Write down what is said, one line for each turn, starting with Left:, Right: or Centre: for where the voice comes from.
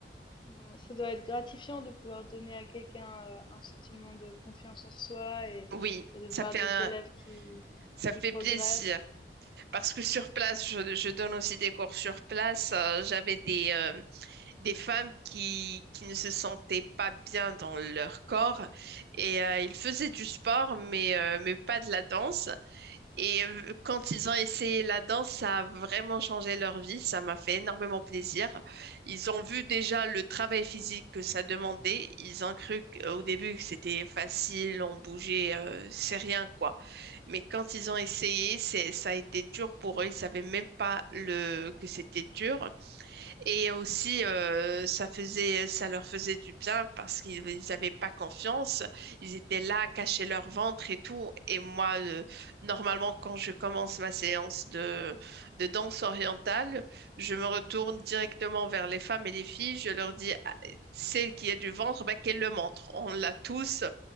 Left: Ouais, ça doit être gratifiant de pouvoir donner à quelqu'un euh, un sentiment de confiance en soi et,
Right: oui,
Left: et de
Right: ça
Left: voir
Right: fait
Left: des
Right: un-
Left: élèves qui, qui,
Right: ça
Left: qui
Right: fait
Left: progressent.
Right: plaisir parce que sur place, je, je donne aussi des cours sur place. Euh, j'avais des euh, des femmes qui, qui ne se sentaient pas bien dans leur corps et euh, ils faisaient du sport mais, euh, mais pas de la danse. Et euh, quand ils ont essayé la danse, ça a vraiment changé leur vie. Ça m'a fait énormément plaisir. Ils ont vu déjà le travail physique que ça demandait. Ils ont cru qu'au début que c'était facile, on bougeait, euh, c'est rien quoi. Mais quand ils ont essayé, c'est, ça a été dur pour eux. Ils savaient même pas le, que c'était dur. Et aussi, euh, ça faisait, ça leur faisait du bien parce qu'ils ils avaient pas confiance. Ils étaient là, cachaient leur ventre et tout. Et moi, euh, normalement, quand je commence ma séance de, de danse orientale, je me retourne directement vers les femmes et les filles. Je leur dis, Ah, celle qui a du ventre, ben, qu'elle le montre. On l'a tous.